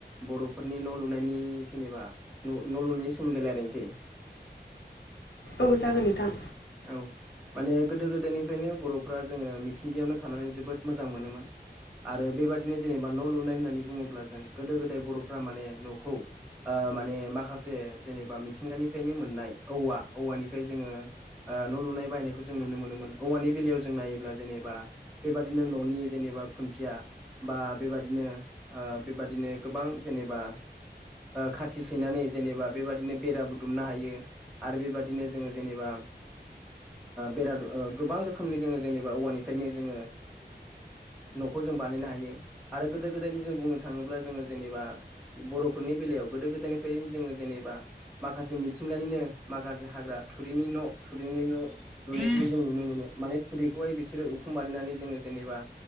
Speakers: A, in the centre; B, on the left.
A: बर'फोरनि न' लुनायनि जेनोबा न' लुनायनि सोमोन्दै रायलायसै
B: औ जागोन नोंथां
A: औ माने गोदो गोदायनिफ्रायनो बर'फ्रा जोङो मिथिंगायावनो थानानै जोबोद मोजां मोनो मोन आरो बेबायदिनो जेनोबा न' लुनाय होननानै बुङोब्ला जों गोदो गोदाय बर'फ्रा माने न'खौ ओ माने माखासे जेनोबा मिथिंगानिफ्रायनो मोननाय औवा औवानिफ्राय जोङो ओ न' लुनाय बायनायखौ जों नुनो मोनोमोन औवानि बेलायाव जों नायोब्ला जेनोबा बेबादिनो न'नि जेनोबा खुन्थिआ बा बेबादिनो ओ बेबादिनो गोबां जेनोबा खाथि सैनानै जेनोबा बेबादिनो बेराबुदुमनो हायो आरो बेबादिनो जोङो जेनोबा बेराद ओ‌ गोबां रोखोमनि जोङो जेनोबा औवानिफ्रायनो जोङो न'खौ जों बानायनो हायो आरो गोदो गोदायनि जों बुंनो थाङोब्ला जोङो जेनोबा बर'फोरनि बेलायाव गोदो गोदायनिफ्रायनो जोङो जेनोबा माखासे मिथिंगानिनो माखासे हाग्रा थुरिनि न' थुरिनि न' लुनायखौ जों नुनो मोनो मानि थुरिखौहाय बिसोरो उखुम बानायनानै जोङो जेनोबा